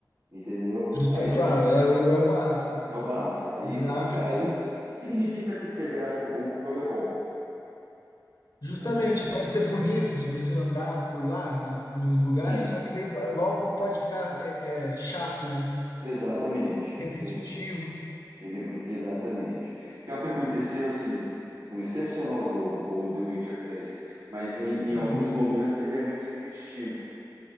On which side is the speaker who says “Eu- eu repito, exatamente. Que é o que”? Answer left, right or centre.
Right